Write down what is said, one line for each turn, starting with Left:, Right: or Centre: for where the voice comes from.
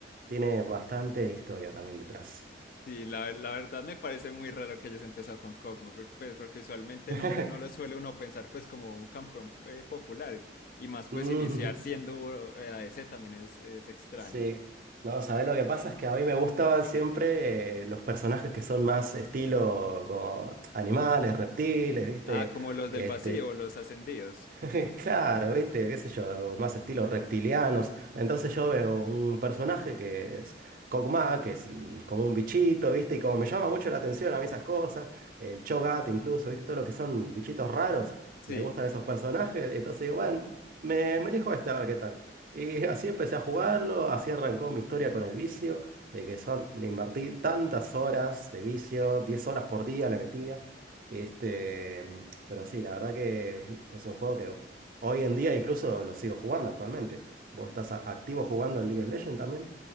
Right: tiene bastante historia también detrás.
Left: Sí, la, la verdad me parece muy raro que hayas empezado con Kog'Maw, por- pues, porque usualmente
Right: <laughs>
Left: no, no lo suele uno pensar pues como un campeón eh, popular, y más pues
Right: Mm,
Left: iniciar siendo eh, ADC también es, es extraño.
Right: sí. No, ¿sabes lo que pasa? Es que a mí me gustaban siempre eh, los personajes que son más estilo como animales, reptiles, ¿viste?
Left: Ah, como los
Right: Este,
Left: del vacío, los ascendidos.
Right: <laughs> Claro, viste, qué sé yo, más estilos reptilianos. Entonces yo veo un personaje que es Kog'Maw, que es mm, como un bichito, viste, y como me llama mucho la atención a mí esas cosas, el Cho'Gath incluso, viste, todo lo que son bichitos raros,
Left: Sí.
Right: me gustan esos personajes, entonces digo, bueno, me, me elijo este a ver qué tal. Y así empecé a jugarlo, así arrancó mi historia con el vicio, de que son, le invertí tantas horas de vicio, 10 horas por día le metía. Este, mm, pero sí, la verdad que es un juego que Hoy en día incluso lo sigo jugando actualmente. ¿Vos estás a- activo jugando en League of Legends también?